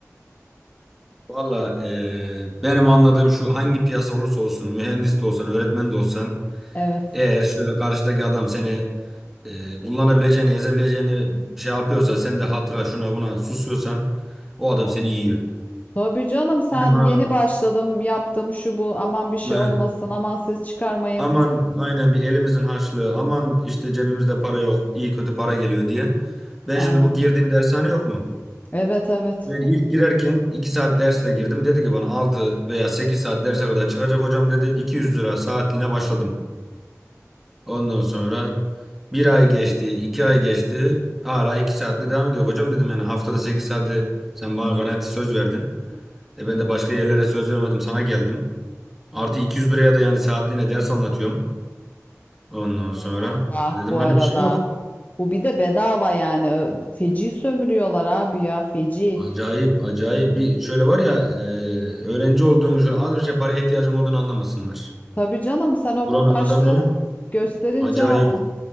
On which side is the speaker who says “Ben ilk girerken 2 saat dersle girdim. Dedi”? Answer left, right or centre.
Centre